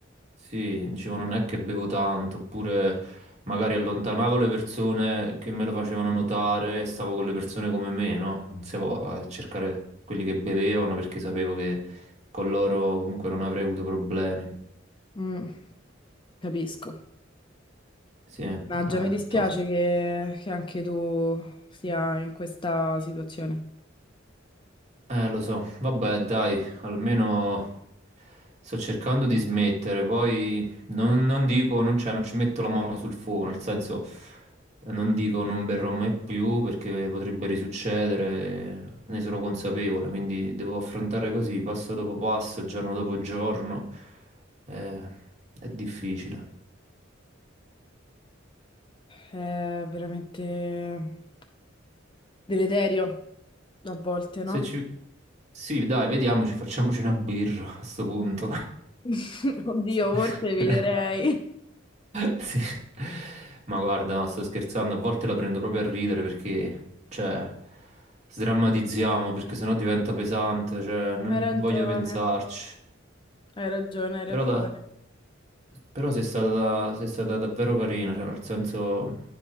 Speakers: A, on the right; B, on the left.
A: Sì, dicevo, non è che bevo tanto, oppure magari allontanavo le persone che me lo facevano notare e stavo con le persone come me, no? Iniziavo a cercare quelli che bevevano perché sapevo che con loro comunque non avrei avuto problemi.
B: Mm, capisco.
A: Sì, eh,
B: No, già mi dispiace
A: tosto.
B: che, che anche tu sia in questa situazione.
A: Eh, lo so, vabbè, dai, almeno sto cercando di smettere, poi non, non dico, non, cioè, non ci metto la mano sul fuoco, nel senso, eh, non dico non berrò mai più perché potrebbe risuccedere, ne sono consapevole, quindi devo affrontare così, passo dopo passo, giorno dopo giorno, eh, è difficile.
B: È veramente deleterio a volte,
A: Se
B: no?
A: ci... Sì, dai, vediamoci, facciamoci una birra a sto punto.
B: <laughs> Oddio,
A: <laughs>
B: forse eviterei.
A: <laughs> Sì. Ma guarda, no, sto scherzando, a volte la prendo proprio a ridere perché, cioè, sdrammatizziamo perché sennò diventa pesante, cioè, non
B: Hai ragione,
A: voglio pensarci.
B: hai ragione, hai ragione.
A: Però, da- però sei stata, sei stata davvero carina, cioè, nel senso,